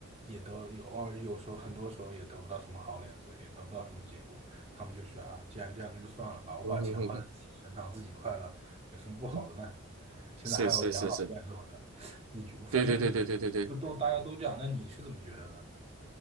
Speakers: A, on the right (about 30°); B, on the right (about 80°).
A: 也得有偶尔有时候很多时候也得不到什么好脸色，也得不到什么结果。他们就觉得啊，既然这样，那就算了吧，我把钱花在自己身上，
B: 嗯哼嗯哼
A: 自己快乐，有什么不好的呢？
B: 嗯哼，
A: 现在还有养老院什么的，
B: 是是是是，
A: 你就反正
B: 对对对对对对对。
A: 就都大家都这样。那你是怎么觉得呢？